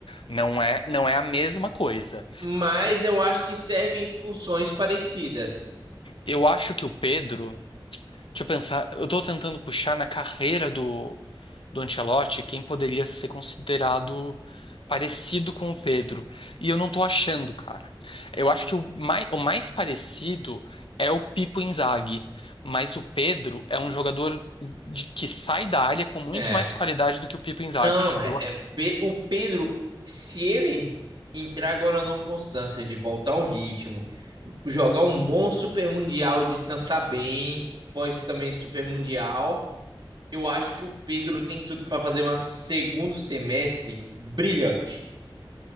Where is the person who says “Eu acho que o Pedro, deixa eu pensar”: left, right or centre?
Left